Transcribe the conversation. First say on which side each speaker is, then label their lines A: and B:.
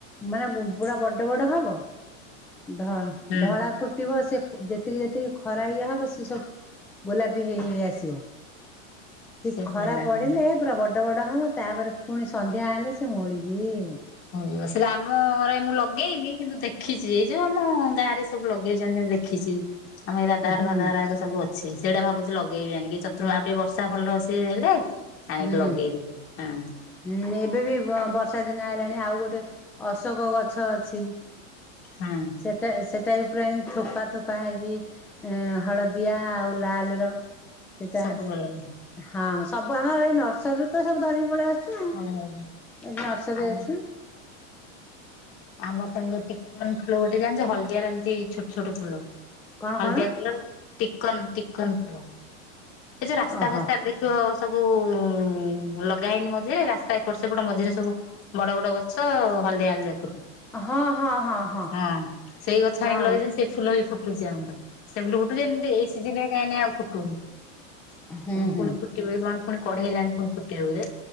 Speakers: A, in the centre; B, on the left.
A: ମାନେ ପୁରୁ ବଡ ବଡ ହବ ଧଳା
B: ହୁଁ
A: ଧଳା ଫୁଟିବ ସେ। ଯେତିକି ଯେତିକି ଖରା ଇଏ ହବ ସି ସବୁ ଗୋଲାପୀ ହେଇ ହେଇ ଆସିବ। ଟିକ
B: ସେ
A: ଖରା
B: ଫୁଲଟା
A: ପଡିଲେ
B: ହୁଁ
A: ପୁରା ବଡ ବଡ ହବ ତାପରେ ପୁଣି ସନ୍ଧ୍ୟା ହେଲେ ସେ ମୋଉଳିଯିବ।
B: ହ ସେ ଆାମ ଘରେ ମୁଁ ଲଗେଇନି କିନ୍ତୁ ଦେଖ ଦେଖିଛି ଏଇ ଯୋଉ ଆମ ଗାଁରେ ସବୁ ଲଗେଇଛନ୍ତି ଦେଖିଛି ଆମ ଏଇ ଦାଦାଘର
A: ହୁଁ
B: ଫାଦାଘର ହେରିକା ସବୁ ଅ ସେଇଟା ଭାବୁଛି ଲଗେଇବି ଆଣ କି ଚତୁର୍ମା ଆଉ ଟିକେ ବର୍ଷା ଭଲସ ହେଲେ ଆଣିକି
A: ହୁଁ।
B: ଲଗେଇଦେବି ହାଁ।
A: ହୁଁ ଏବେ ବି ବର୍ଷା ଦିନ ଆଇଲାଣି ଆଉ ଗୋଟେ ଅଶୋକ ଗଛ ଅଛି।
B: ହଁ।
A: ସେଟା ସେଟା ପୁରା ଏ ଥୋପା ଥୋପା ହେଇକି ହଳଦିଆ ଆଉ ଲାଲର। ସେଟା
B: ସବୁ କଲର
A: ହଁ ସବୁ ଆାନ ଏଇ ନର୍ସରୀରୁ ତ ସବୁ ଧରିକି ପଳେଇ ଆ। ଆସୁଛୁ ଏଠି
B: ହଉ
A: ନର୍ସରୀ
B: ଆମ
A: ଅଛି।
B: ଆମ ସାଙ୍ଗ ଚିକନ ଫୁଲ ଗୋଟେ ଜାଣିଚ ହଳଦିଆର ଏମିତି ଛୋଟ ଛୋଟ ଫୁଲ?
A: କଣ
B: ହଳଦିଆ
A: କଣ
B: କଲର ଟିକନ ଟିକନ୍ କଲର ଏ ଯୋଉ ରାସ୍ତା
A: ଓହୋ
B: ଫାସ୍ତା ଦେଖ ସବୁ ଉ ଲଗା ହେଇନି ମଝିରେ ରାସ୍ତା ଏପଟ ସେପଟ ମଝିରେ ସବୁ ବଡ ବଡ଼ ଗଛ ହଳଦିଆ ହଳଦିଆ କରୁ
A: ହଁ ହଁ ହଁ।
B: ହଁ ସେଇ ଗଛ
A: ହଁ
B: ଆଣିକି ଲଗେଇଛନ୍ତି ସେଇ ଫୁଲ ବି ଫୁଟୁଛି ଆମର ସେଇ ଫୁଲ ଫୁଟୁଛି ଏଇ ସିଜନରେ କାଇଁ ନାଇ ଫୁଟୁନି। କେବେ
A: ହୁଁ ହୁଁ
B: କଣ ଫୁଟିବ କି କଣ କଢେଇଲାଣି ଫୁଣି ଫୁଟିବ ବୋଧେ